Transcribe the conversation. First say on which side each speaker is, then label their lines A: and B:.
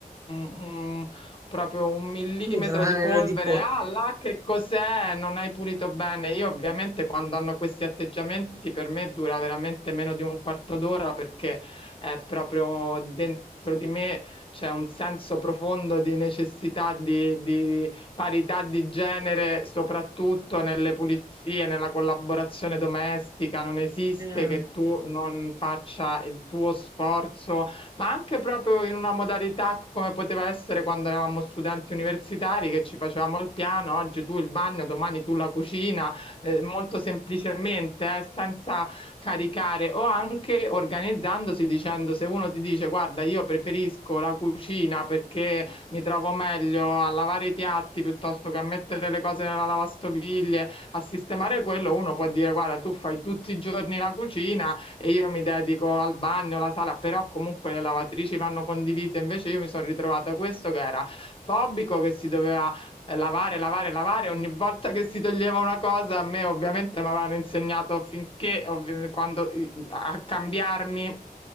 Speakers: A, on the left; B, on the right.
A: un- proprio un millimetro
B: Un granello
A: di polvere,
B: di pollo.
A: ah là che cos'è? Non hai pulito bene. Io ovviamente quando hanno questi atteggiamenti per me dura veramente meno di un quarto d'ora perché è proprio dentro di me c'è un senso profondo di necessità di, di parità di genere, soprattutto nelle pulizie, nella collaborazione domestica, non esiste
B: Eh,
A: che tu non faccia il tuo sforzo, ma anche proprio in una modalità come poteva essere quando eravamo studenti universitari, che ci facevamo il piano, oggi tu il bagno, domani tu la cucina, eh, molto semplicemente, eh, senza caricare o anche organizzandosi dicendo se uno ti dice guarda io preferisco la cucina perché mi trovo meglio a lavare i piatti piuttosto che a mettere le cose nella lavastoviglie, a sistemare quello, uno può dire guarda, tu fai tutti i giorni la cucina e io mi dedico al bagno, alla sala, però comunque le lavatrici vanno condivise, invece io mi sono ritrovata questo che era fobico, che si doveva eh, lavare, lavare, lavare. Ogni volta che si toglieva una cosa, a me ovviamente mi avevano insegnato finché, ovvi- quando, eh, a cambiarmi